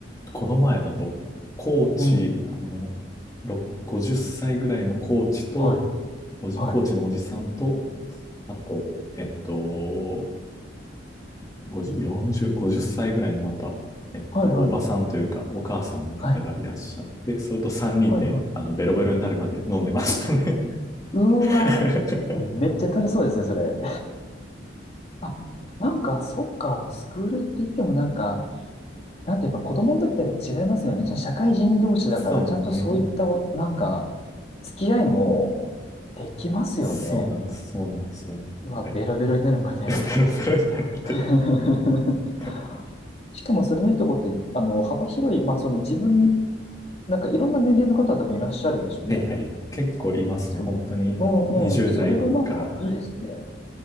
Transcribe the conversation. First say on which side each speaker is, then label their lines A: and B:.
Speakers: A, on the left (about 20°); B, on the left (about 35°).
A: あ、この前だと、コーチ、
B: うん。
A: あの、ろ50歳ぐらいのコーチと、
B: はい。
A: おじ、
B: はい。
A: コーチのおじさんと、あと、えっと、50、40、50歳ぐらいのまた、えっと、
B: はいはい。
A: おばさんというか、お母さんの方がいらっしゃって、
B: はい。
A: それと3人で、
B: はいはい。
A: あの、ベロベロになるまで飲んでましたね。<laughs>
B: うーわ。めっちゃ楽しそうですね、それ。あ、なんか、そっか、スクールって言ってもなんか、なんてやっぱ子供の時とやっぱ違いますよね。じゃあ社会人同士だから、
A: そうですね。
B: ちゃんとそういったお、なんか、付き合いもできますよね。
A: そうなんです。そうなんですよね。
B: うわ、
A: なんか、
B: ベロベロになるまで。
A: ベロベロになるまで。
B: <laughs>
A: <laughs>
B: しかもそれのいいとこって、あの、幅広い、まあその自分、なんかいろんな年齢の方多分いらっしゃるでしょうね、
A: はいはい。
B: やっぱり。
A: 結構いますね。
B: そう、
A: 本当に。
B: うんうん、
A: 20代から。
B: それがなんかいいですね。